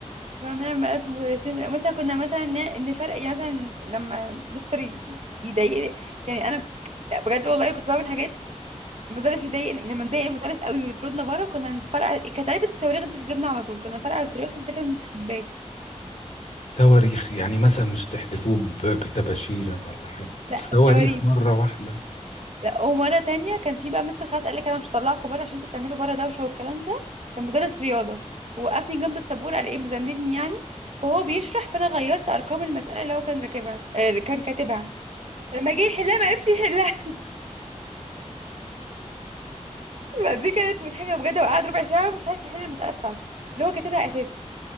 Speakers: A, on the right (about 60°); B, on the left (about 75°).
A: كنا بنعمل مقالب في المدرسين يعني مثلا كنا مثلا ن- نفرق يعني مثلا لما مستر ي- يضايقني يعني انا لا بجد والله كنت بعمل حاجات المدرس يضايقني لما نضايق المدرس قوي ويطردنا بره كنا نفرقع كانت علبة الصواريخ دي في جيبنا على طول كنا نفرقع الصواريخ نحدفها من الشباك
B: صواريخ يعني مثلا مش تحدفوه ب- بتباشيره ولا حاجه
A: لا
B: صواريخ
A: الصواريخ
B: مره واحده
A: لا ومرة تانية كان في بقى مستر خلاص قال لك انا مش هطلعكم بره عشان انتوا بتعملوا بره دوشة والكلام ده كان مدرس رياضة وقفني جنب السبورة قال ايه مذنبني يعني فهو بيشرح فانا غيرت ارقام المسألة اللي هو كان راكبها آه، اللي كان كاتبها لما جه يحلها ما عرفش يحلها فدي كانت مضحكه بجد وقعد ربع ساعه مش عارف يحل المساله بتاعته اللي هو كاتبها اساسا